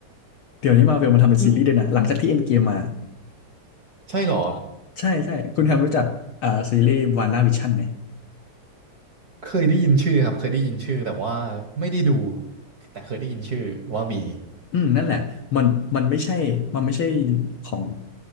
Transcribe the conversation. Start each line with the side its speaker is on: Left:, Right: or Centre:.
Left: เดี๋ยวนี้มาเวลมันทำเป็นซีรีส์ด้วยนะหลังจากที่เอ็นเกมมา
Right: อืมใช่เหรอ
Left: ใช่ใช่คุณแฮมรู้จักอ่าซีรีส์วานด้าวิชั่นไหม
Right: เคยได้ยินชื่อครับเคยได้ยินชื่อแต่ว่าไม่ได้ดูแต่เคยได้ยินชื่อว่ามี
Left: อืมนั่นแหละมันมันไม่ใช่มันไม่ใช่ของ